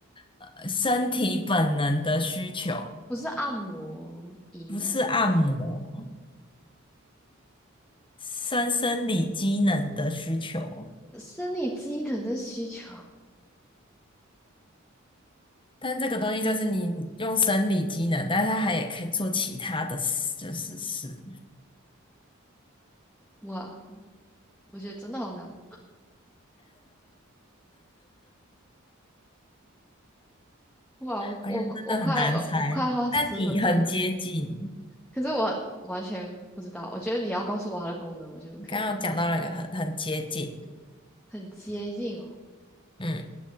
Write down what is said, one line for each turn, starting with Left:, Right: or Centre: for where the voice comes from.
Left: 呃身体本能的需求，
Centre: 不是按摩仪什么鬼，
Left: 不是按摩，生生理机能的需求。
Centre: 生理机能的需求。
Left: 但这个东西就是你用生理机能，但是它还也可以做其他的事，就是事，
Centre: 哇，我觉得真的好难。哇，我我我快我我快花十分钟了，
Left: 好像真的很难猜，但你很接近。
Centre: 可是我完全不知道。我觉得你要告诉我它的功能，我就可以
Left: 你刚刚有讲到了一个很很接近，
Centre: 很接近哦。
Left: 嗯，